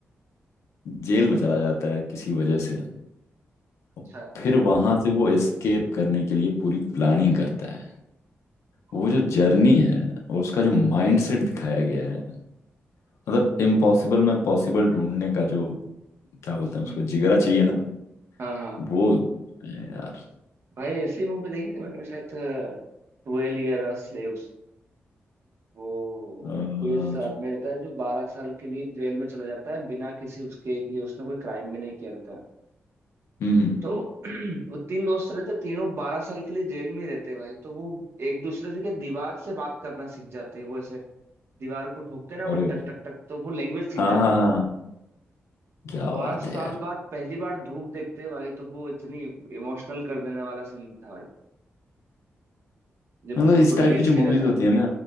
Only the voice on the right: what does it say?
अच्छा
ओ
अच्छा
हम्म
हाँ हाँ
भाई ऐसी मूवी देखी थी मैंने शायद ट्वेल्व ईयर और स्लेव्स वो
कोई ऐसा आदमी रहता है जो बारह साल के लिए जेल में चला जाता है बिना किसी उसके कि उसने कोई क्राइम भी नहीं किया रहता
तो <clears throat> वो तीन दोस्त रहते तीनों बारह साल के लिए जेल में ही रहते भाई तो वो एक दूसरे से क्या दीवार से बात करना सीख जाते हैं वो ऐसे दीवार को ठोकते ना वो
टक टक टक तो वो लैंग्वेज सीख
जाते
हैं
बारह
साल
बाद पहली बार धूप देखते हैं भाई तो वो इतनी इमोशनल कर देने वाला सीन था भाई जब
उनको
रिलीज
किया
जाता
है